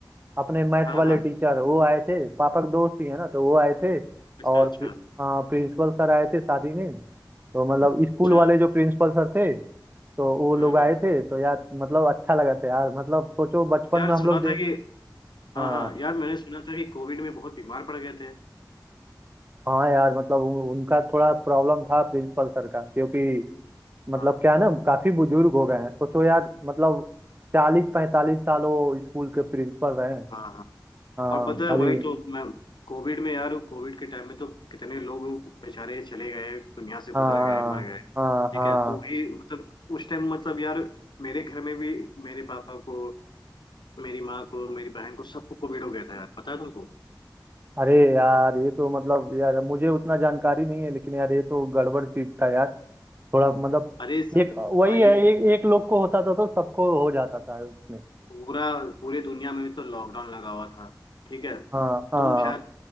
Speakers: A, on the right (about 25°); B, on the left (about 80°).
A: अपने मैथ
B: हाँ
A: वाले
B: हाँ
A: टीचर वो आए थे पापा के दोस्त ही है ना तो वो आए थे
B: अच्छा
A: और
B: अच्छा
A: प्रि, हाँ, प्रिंसिपल सर आए थे शादी में तो मतलब
B: अच्छा
A: स्कूल वाले जो प्रिंसिपल सर थे तो वो लोग
B: हम्म
A: आए
B: हम्म
A: थे तो यार मतलब अच्छा लगा था यार मतलब सोचो बचपन
B: यार
A: में हम
B: सुना
A: लोग दे
B: था कि
A: हाँ
B: हाँ हाँ यार मैंने सुना था कि कोविड में बहुत बीमार पड़ गए थे
A: हाँ यार मतलब उ- उनका थोड़ा प्रॉब्लम था प्रिंसिपल सर का क्योंकि मतलब
B: हाँ
A: क्या है ना काफी बुजुर्ग हो गए हैं सोचो यार मतलब चालीस पैंतालीस साल वो स्कूल के प्रिंसिपल रहे हैं।
B: हाँ हाँ
A: हाँ
B: और पता है
A: अभी
B: वही हम्म तो मैं कोविड में यार कोविड के टाइम में तो कितने लोग बेचारे चले गए दुनिया से
A: हाँ
B: गुजर गए मर गए
A: हाँ
B: ठीक
A: हाँ हाँ।
B: है तो वही मतलब उस टाइम मतलब यार मेरे घर में भी मेरे पापा को मेरी माँ को मेरी बहन को सबको कोविड हो गया था यार पता है तुमको
A: अरे यार ये तो मतलब यार मुझे उतना जानकारी नहीं है लेकिन यार ये तो गड़बड़ चीज था यार थोड़ा मतलब
B: अरे स-
A: एक वही
B: भाई
A: है एक एक लोग को होता था तो सबको हो जाता था उसमें
B: पूरा पूरे दुनिया में तो लॉकडाउन लगा हुआ था ठीक है
A: हाँ हाँ
B: तुम शायद